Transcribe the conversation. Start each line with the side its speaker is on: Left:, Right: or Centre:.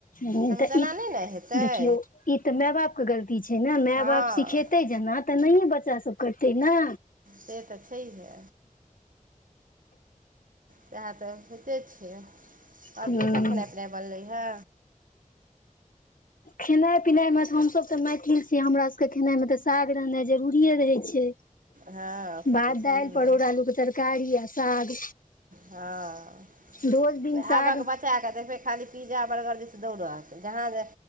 Left: ह
Right: तखन
Left: तऽ
Right: तेना
Left: ई
Right: नहि ने हेतै
Left: देखियौ ई तऽ माय बाप के गलती छै ने माय
Right: हँ
Left: बाप सिखेते जेना तऽ नहिे ब बच्चा सब करतै ने
Right: से तऽ छैहे तएह तऽ होेइते छियै आओर
Left: हूँ
Right: की सभ खेनाइ पिनाइ बनलै हे
Left: खेनाइ पिनाइमेऽ हमसभ तऽ मैथिल छी हमरा सभके खेनाइमे तऽ साग रहनाइ जरूरिए रहै छै
Right: हँ से
Left: भात
Right: तऽ छैहै
Left: दालि परोड़ आलू के तरकारी आ साग
Right: हँ
Left: रोज दिन
Right: नहि
Left: साग
Right: आब बच्चा के देखबै खाली पिज्जा बर्गर जे छै दौड़त जहाँ जे